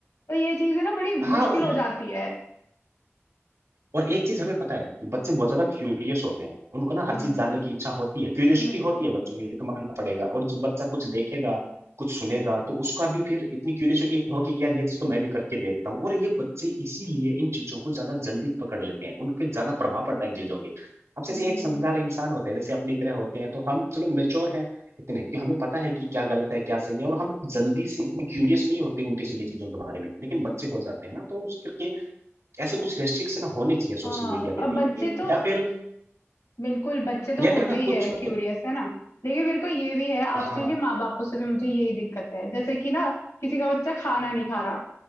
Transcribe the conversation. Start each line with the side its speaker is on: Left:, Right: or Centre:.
Left: तो ये चीजें ना बड़ी
Right: हाँ
Left: मुश्किल
Right: और
Left: हो जाती है
Right: और एक चीज हमें पता है कि बच्चे बहुत ज्यादा क्यूरियस होते हैं उनको ना हर
Left: हम्म
Right: चीज जानने की इच्छा होती है क्यूरियोसिटी
Left: बिल्कुल
Right: होती है बच्चों में ये तो मानना पड़ेगा और जब बच्चा कुछ देखेगा कुछ सुनेगा तो उसका भी फिर इतनी क्यूरियोसिटी होगी कि यार ये चीज तो मैं भी करके देखता हूँ और ये बच्चे इसीलिए इन चीजों को ज्यादा जल्दी पकड़ लेते हैं उनके ज्यादा प्रभाव पड़ता है इन चीजों के अब जैसे
Left: हम्म
Right: एक समझदार इंसान होते हैं जैसे अपनी तरह होते हैं तो हम चलो मेच्योर हैं इतने कि हमें पता है कि क्या गलत है क्या सही है और हम जल्दी से इतने क्यूरियस नहीं होते उल्टी सीधी चीजों के बारे में लेकिन बच्चे हो जाते हैं ना तो उसके ऐसे कुछ रेस्ट्रिक्शन होने चाहिए सोशल
Left: हाँ
Right: मीडिया
Left: अब
Right: पे भी
Left: बच्चे
Right: कि
Left: तो
Right: या फिर
Left: बिल्कुल बच्चे तो
Right: या
Left: होते
Right: फिर ना
Left: ही
Right: कुछ
Left: है क्यूरियस है ना लेकिन मेरे को ये भी है आजकल
Right: हाँ
Left: के माँ बापों से भी मुझे यही दिक्कत है जैसे कि ना किसी का बच्चा खाना नहीं खा रहा